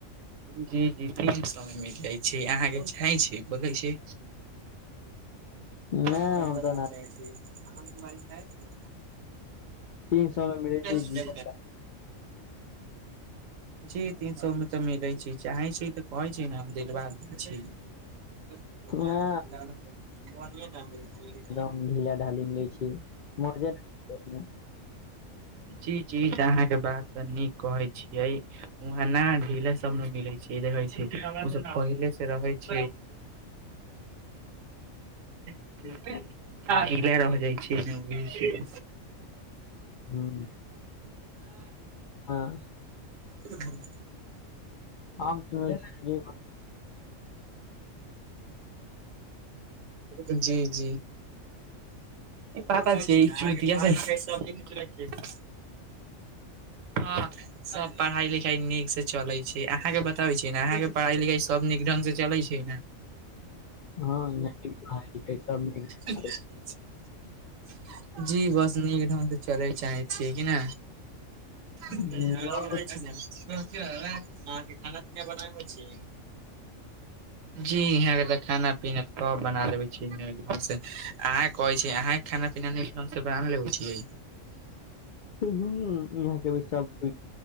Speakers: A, on the right (about 75°); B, on the left (about 70°).
A: जी जी तीन सौ मे मिल जाइ छैय अहाँके चाहैं छै बोलै छै
B: ना
A: हँ
B: हम
A: बना
B: तऽ ना
A: चाहै छीयै अहाँ तारी चै
B: तीन सौ मे मिलै छै
A: छी
B: गीजर
A: <unintelligible> <unintelligible> जी तीन सौ मे तऽ मिलै छैय चाहै छै तऽ कहै छैय न हम दिलवा दैछी। बन न
B: ना
A: <unintelligible>
B: एदम ढीला ढाली मिलै छि मजे <unintelligible>
A: जी जी अहाँके बात तऽ नीक कहै छियै। वहाँ न ढीला सब ने मिलै छैय देखै छियै‌ ओ सब पहिले से रहै। ज <inaudible>
B: <inaudible>
A: कला रहि जाइ
B: हँ हँ
A: <unintelligible> कि नाय
B: हम सुनै छी
A: <inaudible> जी जी पता छै <unintelligible> हँ सब पढ़ाई लिखाइ नीक से चलै छै अहाँके बताबै छीयै ने अहाँके पढ़ाई लिखाई सभ नीक ढंग से चलैत छै ने।
B: हँ यहै
A: <inaudible>
B: <inaudible>
A: जी बस नीक ढंगगसँ चलय चाहै छियै कि नहि। हुॅं
B: अहाँके
A: अओर बताई छी ने आहा के खाना पीना बनाबै छी। जी यहा के त खाना पीना सब बना देे छी एकद से अहाँ कहै छी अहाँ खाना पीना नीक ढंग बना लेबै छियै।
B: ह यहाँके भी सब को